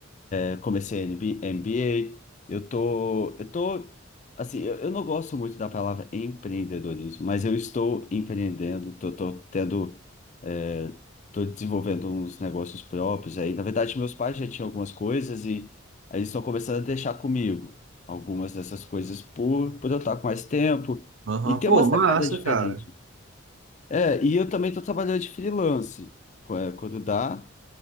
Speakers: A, on the left; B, on the right.
A: Eu comecei MBA, eu tô, eu tô, assim, eu, eu não gosto muito da palavra empreendedorismo, mas eu estou empreendendo, tô, tô tendo, é, tô desenvolvendo uns negócios próprios aí. Na verdade, meus pais já tinham algumas coisas e aí eles estão começando a deixar comigo algumas dessas coisas por, por eu estar com mais tempo
B: Aham,
A: e ter
B: Pô,
A: uma sacada
B: massa,
A: diferente.
B: cara.
A: É, e eu também estou trabalhando de freelance, qu- é, quando dá.